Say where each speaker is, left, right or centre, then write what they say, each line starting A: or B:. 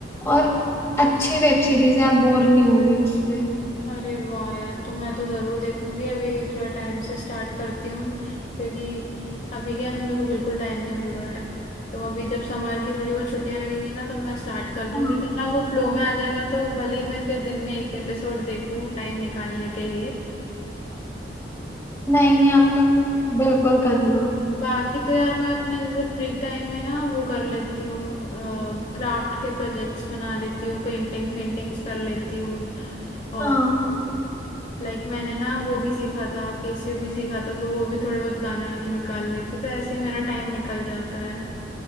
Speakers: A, on the left; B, on the left.
A: और अच्छी वेब सीरीज है आप बोर नहीं होगे उसमें
B: अरे वाह यार तो मैं तो जरूर देखूंगी अभी थोड़ा टाइम से स्टार्ट करती हूँ क्योंकि अभी क्या अभी मेरे को बिल्कुल टाइम नहीं मिल रहा है तो अभी जब समर की थोड़ी वो छुट्टियां लगेगी ना तब मैं स्टार्ट कर
A: हाँ
B: दूंगी तो ना वो फ्लो में आ जाएगा तो भले ही मैं फिर दिन में एक एपिसोड देखूं टाइम निकालने के लिए
A: नहीं नहीं आप तो बिल्कुल करना
B: बाकी तो यार मैं अपने जैसे फ्री टाइम में ना वो कर लेती हूँ क्राफ्ट के प्रोजेक्ट्स बना लेती हूँ पेंटिंग्स वेंटिंग्स कर लेती हूँ और
A: हाँ
B: लाइक मैंने ना वो भी सीखा था केसीओ भी सीखा था तो वो भी थोड़े बहुत गाने वाने निकाल लेती हूँ तो ऐसे ही मेरा टाइम निकल जाता है